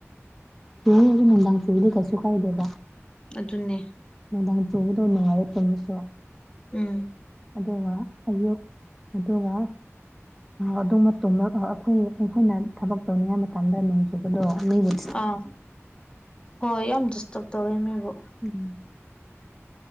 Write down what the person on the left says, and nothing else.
ꯑꯗꯨꯅꯦ
ꯎꯝ
ꯑꯥ ꯍꯣꯏ ꯌꯥꯝ ꯗꯤꯁꯇꯔꯕ ꯇꯧꯋꯦ ꯃꯤꯕꯨ